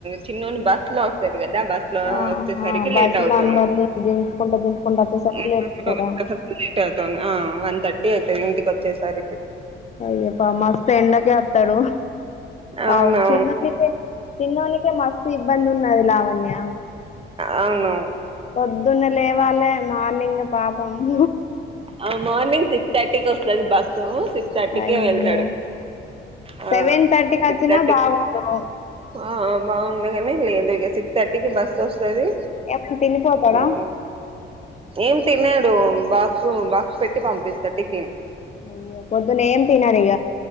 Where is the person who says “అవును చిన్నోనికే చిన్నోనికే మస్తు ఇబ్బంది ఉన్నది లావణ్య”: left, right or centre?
Left